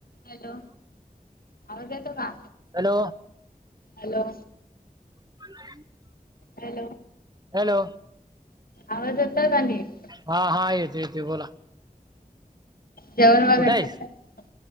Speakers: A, on the left; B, on the right.
A: Hello आवाज येतो का
B: हॅलो
A: हॅलो.
B: <unintelligible>
A: हॅलो.
B: हॅलो.
A: आवाज येतोय का निट.
B: हा हा येतो येतो बोला.
A: जेवण वगैरे
B: कुठे
A: झालं
B: आहेस
A: का